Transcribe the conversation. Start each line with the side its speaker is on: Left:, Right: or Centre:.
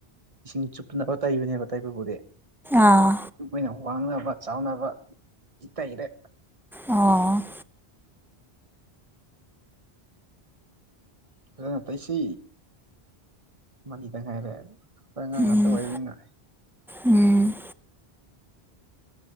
Right: ꯏꯁꯤꯡ ꯆꯨꯞꯇꯅꯕ ꯇꯩꯕꯅꯦꯕ ꯇꯥꯏꯕꯕꯨꯗꯤ
Centre: ꯑꯥ
Right: ꯑꯩꯈꯣꯏꯅ ꯋꯥꯡꯅꯕ ꯆꯥꯎꯅꯕ ꯇꯩꯔꯦ
Centre: ꯑꯣ
Right: ꯎ ꯐꯖꯅ ꯇꯩꯁꯤ ꯃꯅꯤ ꯇꯪ ꯉꯥꯏꯔꯦ ꯍꯥꯏ ꯍꯉꯥꯡ ꯉ
Centre: ꯎꯝ
Right: ꯑꯇꯩ ꯑꯣꯏꯕꯅꯤꯅ
Centre: ꯎꯝ